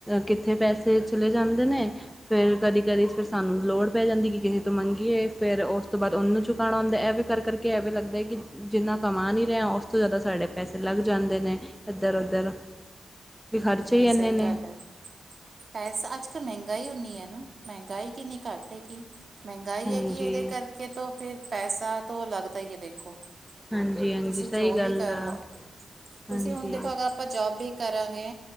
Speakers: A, in the centre; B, on the right.
A: ਕਿੱਥੇ ਪੈਸੇ ਚਲੇ ਜਾਂਦੇ ਨੇ। ਫੇਰ ਕਦੀ-ਕਦੀ ਫਿਰ ਸਾਨੂੰ ਲੋੜ ਪੈ ਜਾਂਦੀ ਕਿ ਕਿਸੇ ਤੋਂ ਮੰਗ ਫਿਰ ਉਸ ਤੋਂ ਬਾਅਦ ਉਹਨੂੰ ਚੁਕਾਣਾ ਹੁੰਦਾ ਐਵੇਂ ਕਰਕੇ ਐਵੇਂ ਲੱਗਦਾ ਹੈ ਕਿ ਜਿੰਨਾ ਕਮਾ ਨਈ ਰਿਆ ਉਸ ਤੋਂ ਜ਼ਿਆਦਾ ਸਾਡੇ ਪੈਸੇ ਲੱਗ ਜਾਂਦੇ ਨੇ ਇੱਧਰ ਉੱਧਰ ਵੀ ਖਰਚੇ
B: ਨਹੀਂ
A: ਈ ਇਹਨੇ
B: ਸਹੀ
A: ਨੇ।
B: ਗੱਲ ਹੈ ਪੈਸਾ ਅੱਜ ਕੱਲ੍ਹ ਮਹਿੰਗਾਈ ਉਨੀ ਹੈ ਨਾ ਮਹਿੰਗਾਈ ਕਿੰਨੀ ਘੱਟ ਹੈ ਕਿ ਮਹਿੰਗਾਈ
A: ਹਾਂਜੀ
B: ਹੈਗੀ ਇਹਦੇ ਕਰਕੇ ਤਾਂ ਫਿਰ ਪੈਸਾ ਤੋ ਲੱਗਦਾ ਹੀ ਹੈ ਦੇਖੋ।
A: ਹਾਂਜੀ ਹਾਂਜੀ
B: ਤੁਸੀਂ ਜੋ
A: ਸਹੀ ਗੱਲ
B: ਵੀ ਕਰ
A: ਆ
B: ਲਓ ਤੁਸੀਂ
A: ਹਾਂਜੀ
B: ਹੁਣ ਦੇਖੋ ਅਗਰ ਆਪਾਂ ਜੋਬ ਵੀ ਕਰਾਂਗੇ